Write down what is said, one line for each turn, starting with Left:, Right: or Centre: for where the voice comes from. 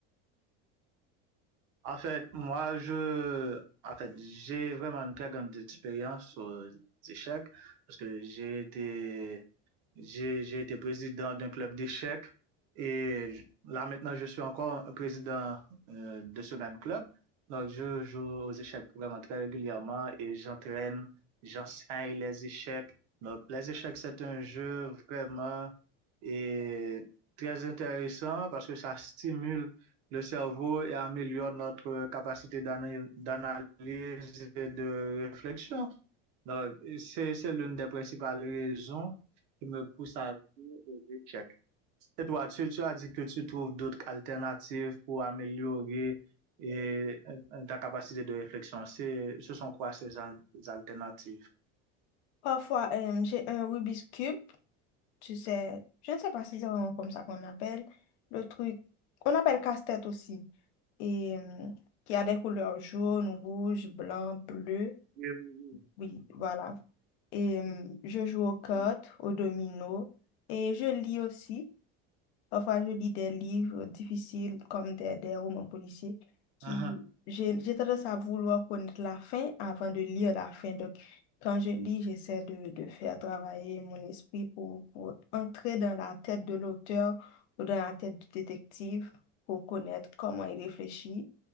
Right: En fait, moi, je, en fait, j'ai vraiment une très grande expérience aux échecs parce que j'ai été J'ai, j'ai été président d'un club d'échecs et là maintenant je suis encore un président euh, de ce même club. Donc je joue aux échecs vraiment très régulièrement et j'entraîne, j'enseigne les échecs. Donc les échecs c'est un jeu vraiment et très intéressant parce que ça stimule le cerveau et améliore notre capacité d'ana- d'analyse et de réflexion. Donc, c'est, c'est l'une des principales raisons qui me pousse à dire aux échecs. Et toi, tu, tu as dit que tu trouves d'autres alternatives pour améliorer et, euh, ta capacité de réflexion. C'est, ce sont quoi ces al- alternatives?
Left: Parfois, euh, j'ai un Rubik's Cube, tu sais, je ne sais pas si c'est vraiment comme ça qu'on appelle le truc. On appelle casse-tête aussi. Et euh, qui a des couleurs jaune, rouge, blanc, bleu.
Right: Oui, oui,
Left: Oui, voilà. Et euh, je joue aux cartes,
Right: oui.
Left: aux dominos. Et je lis aussi. Parfois, je lis des livres difficiles comme des, des romans policiers qui,
Right: Mhm.
Left: j'ai j'ai tendance à vouloir connaître la fin avant de lire la fin. Donc, quand je lis, j'essaie de, de faire travailler mon esprit pour, pour entrer dans la tête de l'auteur ou dans la tête du détective pour connaître comment il réfléchit.